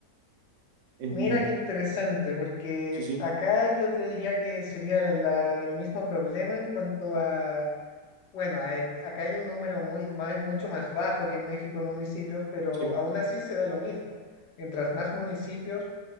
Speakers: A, on the right (about 60°); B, on the left (about 50°).
A: En-
B: Mira qué interesante, porque
A: sí, sí,
B: acá yo te diría que sería la- la- el mismo problema en cuanto a, bueno, hay- acá hay un número muy, ma- mucho más bajo que en México en municipios, pero
A: sí,
B: aún así se da lo mismo. Mientras más municipios,